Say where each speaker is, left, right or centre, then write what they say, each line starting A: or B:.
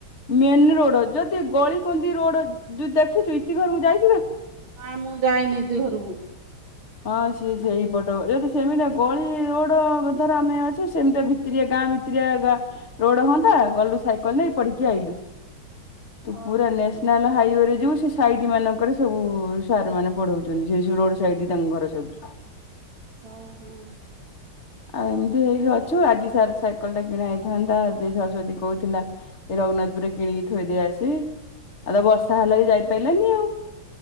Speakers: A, on the left (about 35°); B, on the right (about 70°).
A: ମେନ୍ ରୋଡ, ଯଦି ଗଳିକନ୍ଦି ରୋଡ ଯୋଉ ଦେଖିଚୁ ଇତି ଘରକୁ ଯାଇ
B: ନା ମୁଁ ଯାଇନି ଇତି ଘରକୁ।
A: ହଁ ସିଏ ସେଇପଟ। ଯଦି ସେମିତିଆ ଗଳି ରୋଡ ଧର ଆମେ ଅଛେ ସେମିତିଆ ଭି ଭିତିରିଆ ଗାଁ ଭିତିରିଆ ରୋଡ ହୁଅନ୍ତା ଗଲୁ ସାଇକେଲ ରେ ପଢିକି ଆଇଲୁ। ତୁ
B: ହଁ
A: ପୁରା ନେସ୍ ନେସ୍ନାଲ୍ ହାଇୱେ ରେ ଯିବୁ ସେଇ ସାଇଟ୍ ମାନଙ୍କରେ ସବୁ ସାର୍ ମାନେ ପଢାଉଛନ୍ତି ସେଇ ରୋଡ ସାଇଟ୍ ତାଙ୍କ ଘର ସବୁ।
B: ଅ ହଁ।
A: ଆଉ ଏମିତି ହେଇକି ଅଛୁ। ଆଜି ସାର୍ ସାଇକେଲ ଟା କିଣା ହେଇଥାନ୍ତା <unintelligible> କହୁଥିଲା ଏ ରଘୁନାଥପୁରରେ କିଣିକି ଥୋଇଦେଇଆସେ। ଆଉ ତ ବର୍ଷା ହେଲା ଯେ ଯାଇପାରିଲାନି ଆଉ।